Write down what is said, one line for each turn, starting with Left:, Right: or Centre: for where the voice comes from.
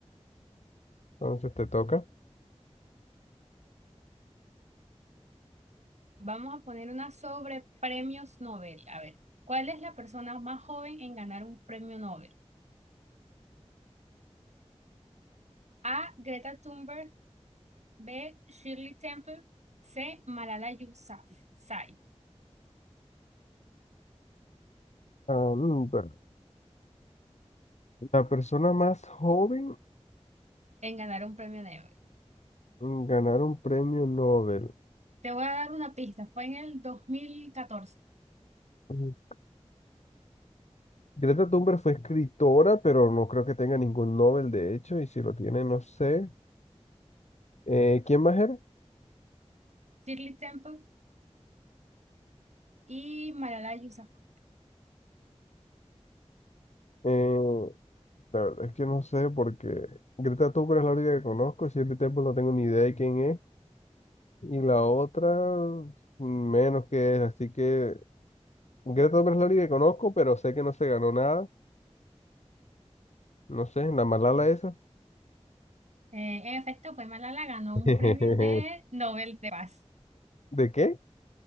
Left: entonces te toca.
Right: Vamos a poner una sobre premios Nobel. A ver, ¿cuál es la persona más joven en ganar un premio Nobel? A. Greta Thunberg. B. Shirley Temple. C. Malala Yousafzai
Left: Ah, mm, bueno, la persona más joven
Right: en ganar un premio Nobel.
Left: en ganar un premio Nobel.
Right: Te voy a dar una pista. Fue en el dos mil catorce
Left: Mm, Greta Thunberg fue escritora, pero no creo que tenga ningún Nobel, de hecho, y si lo tiene, no sé. Eh, ¿quién más era?
Right: Shirley Temple y Malala Yousafzai.
Left: Eh, La verdad es que no sé porque Greta Thunberg es la única que conozco, Shirley Temple no tengo ni idea de quién es y la otra menos que es, así que Greta Thunberg es la única que conozco, pero sé que no se ganó nada, no sé, la Malala esa.
Right: Eh, en efecto, fue Malala, ganó
Left: <laughs>
Right: un
Left: ¿De
Right: premio de Nobel de Paz,
Left: qué?